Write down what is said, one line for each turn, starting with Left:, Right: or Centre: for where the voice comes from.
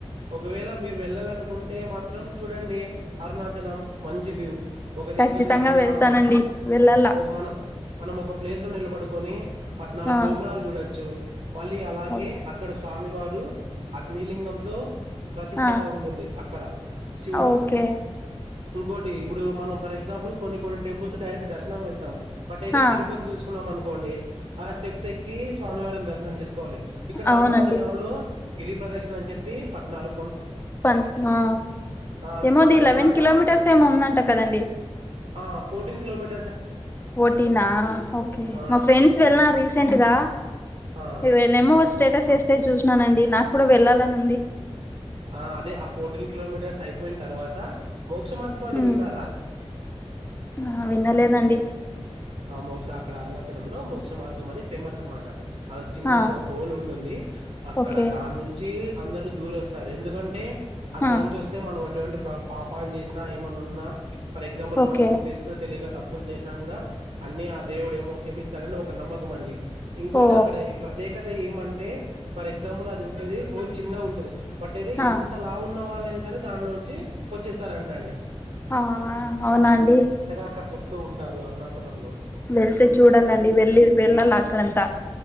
Right: ఒకవేళ మీరు వెళ్ళాలనుకుంటే మాత్రం చూ చూడండి అరుణాచలం మంచి వ్యూ ఒక దగ్గర
Left: ఖచ్చితంగా
Right: నిలబడి
Left: వెళ్తానండి
Right: మన ప
Left: వెళ్ళాల
Right: ఒక మనం మనం ఒక ప్లేస్ లో నిలబడుకున్ కొన్ని పద్నాలుగు
Left: ఆ
Right: గోపురాలు చూడొచ్చు. మళ్ళీ అలాగే
Left: ఓకే
Right: అక్కడ స్వామివార్ పుడు అగ్నిలింగంతో ప్రతిష్టత
Left: ఆ
Right: ఉంటుంది అక్కడ శివుడు
Left: ఓకే
Right: ఇంకోటి ఇప్పుడు మనం ఫర్ ఎగ్జాంపుల్ కొన్ని కొన్ని టెంపుల్స్ డైరెక్ట్ దర్శనం వెళ్తాం. బట్ అయితే
Left: ఆ
Right: తిరుపతి చూసుకున్నాం అను కోండి ఆ స్టెప్స్ ఎక్కి స్వామివారిని దర్శనం చేసుకో కోవాలి ఇక్కడ
Left: అవునండి
Right: అరుణాచలం లో గిరి ప్రదక్షిణ అని చెప్పి పద్నాలు
Left: పన్ ఆ
Right: ఆ
Left: ఏమోది
Right: తరువాత
Left: లెవెన్ కిలోమీటర్స్ ఏమో ఉందంట కదండి.
Right: ఆ ఫోర్టీన్ కిలోమీట్
Left: ఫోర్టీనా ఓకే
Right: ఆ
Left: మా ఫ్రెండ్స్ వెళ్లార రీసెంట్గా
Right: ఆ
Left: ఇవేలేమో స్టేటస్ వస్తే చూసిననండి నాకు కూడా వెళ్లలను
Right: ఆ అదే ఆ ఫోర్టీన్ కిలోమీటర్స్ అయిపోయిన తర్వాత మోక్షమార్గం అని
Left: హ్మ్
Right: విన్నారా
Left: ఆ వినలేదండి
Right: ఆ మోక్ష అక్కడ అరుణాచలం లో మోక్ష మార్గం అని ఫేమస్ అనమాట అ చిన్న
Left: ఆ
Right: ఒక హోల్ ఉంటుంది అక్కడ
Left: ఓకే
Right: దాని నుంచి అందరుూ దూర వస్తారు ఎందుకంటే అక్కడ
Left: ఆ
Right: నుంచి వస్తే మనం ఎటువంటి పాపాలు చేసినా ఏమన్నా ఉన్నా ఫర్ ఎక్సమ్ప్లె
Left: ఓకే
Right: మనమేనా తెలిసో తెలీకో తప్పు తప్పులు చేసినా కూడా అన్ని ఆ దేవుడు ఏమో క్షమిస్త తడని ఒక నమ్మకం అండి ఇంకోటి
Left: ఓ
Right: అక్కడ ఈ ప్రత్యేకత ఏమంటే అంటే ఫర్ ఎగ్జాంపుల్ అది ఉండేది హోల్ చిన్నగా ఉంటది పట్టైతే
Left: ఆ
Right: ఎంత లావు ఉన్న వాళ్ళు సరే దానిలోంచి వచ్చేస్తారంటాండి
Left: ఆ అవునాండి
Right: అక్కడ చెప్తూ ఉంటారు అ స్థలంలో
Left: వెళ్తే చూడాలండి వెళ్ళి వెళ్ళాలి అక్కడంతా